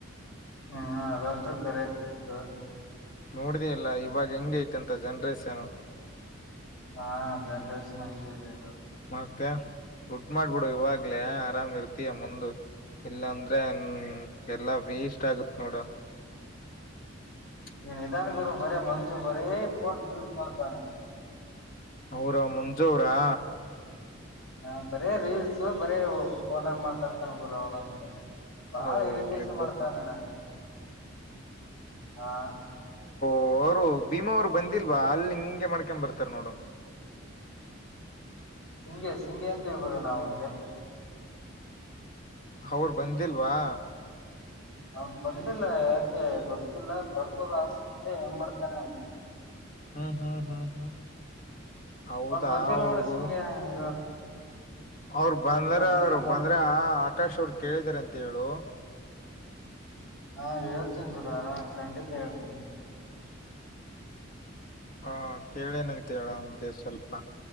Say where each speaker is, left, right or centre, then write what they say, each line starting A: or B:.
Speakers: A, on the left (about 75°); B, on the left (about 45°).
A: ಹ್ಮ್, ಅಧ್ಯಂತು, ಕರೆಕ್ಟ್, ಬಿಡು. <inaudible>
B: ನೋಡ್ದಿ, ಇಲ್ಲ ಇವಾಗ! ಹೆಂಗ ಐತಿ ಅಂತ ಜನ್ರೇಷನ್? <inaudible>
A: ಹಾ, ಜನರೇಶನ್, ಹಂಗೆ, ಇದೇ, ಇವಾಗ? <inaudible>
B: ಮತ್ತೆ, ದುಡ್ ಮಾಡ್ಬಿಡು! ಇವಾಗ್ಲೆೇ, ಆರಾಮ್ ಇರುತ್ತಿಯ, ಮುಂದು. <inaudible> ಇಲ್ಲಾಂದ್ರೆ, ಹ, ಎಲ್ಲಾ ವೇಸ್ಟ್! ಆಗುತ್ತೆ, ನೋಡು? <inaudible>
A: ನೀ, ಇಧಾನ ಗುರು! ಬರೇ ಮಂಜು ಬಾರಿ, ಫೋನ್, ಮ್ಯೂಟ್, ಮಾಡ್ತಾನೆ? <inaudible>
B: ಅವರ, ಮಂಜು, ಅವರ? <inaudible>
A: ಹ, ಬರೇ ರೀಲ್ಸ್! ಬರೀ ಫೋನ ಮಾತಾಡ್ತಾನ ಗುರು, ಅವನಂತ್ರು? <inaudible> ಬಾಳ,
B: ಹ ಹೋಗ್ಲಿ
A: ಇರಿಟೇಶನ್
B: ಬಿಡಪ್ಪ
A: ಮಾಡ್ತಾನೆ ನನಗೆ? <inaudible> ಹಾ. <inaudible>
B: ಓ, ಅವರು ಭೀಮಾ ಅವ್ರು ಬಂದಿಲ್ವಾ! ಅಲ್ಲಿ ಹಿಂಗೆ, ಮಾಡಕೊಂಡ, ಬರ್ತಾರ ನೋಡು? <inaudible> <inaudible> <unintelligible>
A: ಸಿಂಗೆ, ಸಿಂಗೆ, ಅಂತಿವಿ, ಗುರು ನಾವ ಅವನ್ಗೆ? <inaudible>
B: ಅವರು, ಬಂದಿಲ್ವಾ! <inaudible>
A: ಅವನ್, ಬಂದಿಲ್ಲ ಯಾಕೆ ಗೊತ್ತಿಲ್ಲ! ಬರ್ಬೋದ ಅನ್ಸ್ಸುತ್ತೆ, ಹೆಂಗ, ಮಾಡ್ತಾನೆ, ಏನ್? <inaudible>
B: ಹ್ಮ್, ಹ್ಮ್, ಹ್ಮ್, ಹ್ಮ್, ಹೌದಾ,
A: ಅವ್ನ್ ಬಂದಿಲ್ಲ
B: ಅವರು?
A: ನೋಡು ಸಿಂಗೆ
B: <inaudible>
A: ಇವತ್
B: ಅವರು, ಬಂದ್ರ,
A: ಇವತ್ ಬಂದಿಲ್ಲ
B: ಅವರು,
A: ಮೋ
B: ಬಂದ್ರ! ಆಕಾಶ್ ಅವರು, ಕೇಳಿದಾರೆ, ಅಂತ ಹೇಳು? <inaudible>
A: ಹಾ, ಹೇಳ್ತೀನಿ, ಬ್ರೋ! ಅದ್ರಾಗ, ಖಂಡಿತ ಹೇಳ್ತೀನಿ? <inaudible>
B: ಹಾ, ಕೇಳೇನಂತ ಹೇಳು, ಅವನ್ಗೆ, ಸ್ವಲ್ಪ,